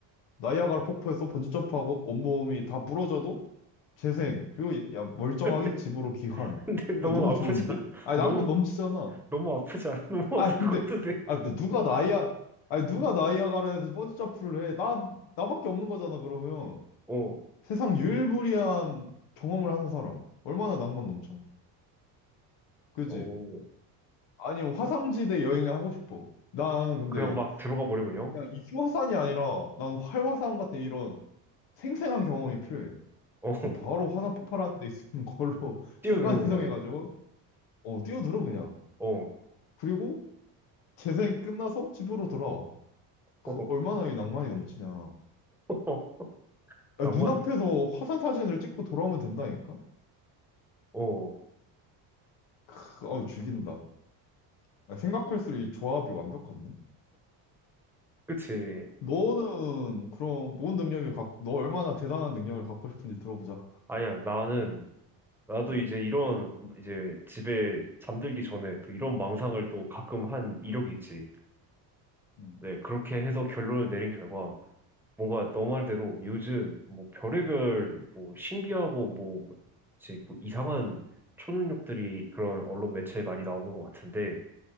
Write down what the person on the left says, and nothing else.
나이아가라 폭포에서 번지점프하고, 온몸이 다 부러져도 재생. 그리고, 야, 멀쩡하게
집으로 귀환.
아,
너무
좋은데?
아니,
낭만 넘치잖아.
아,
근데,
아, 근데 누가 나이아, 아니, 누가 나이아가라에서 번지점프를 해? 나, 나밖에 없는 거잖아, 그러면.
세상 유일무이한 경험을 하는 사람. 얼마나 낭만 넘쳐. 그지?
아니, 화산지대 여행을 하고 싶어. 나는 근데
그냥 이슈화산이 아니라 난 활화산 같은 이런 생생한 경험이 필요해.
그럼 바로 화산 폭발하는 데 있는 걸로 <laughs>
순간이동해가지고
어, 뛰어들어 그냥.
그리고 재생 끝나서 집으로 돌아와. 그
얼마나 이 낭만이 넘치냐.
야,
눈앞에서 화산 사진을 찍고 돌아오면 된다니까?
크, 어우, 죽인다. 야, 생각할수록 이 조합이 완벽한데?
너는 그럼 뭔 능력을 갖고, 너 얼마나 대단한 능력을 갖고 싶은지 들어보자.
어,
음,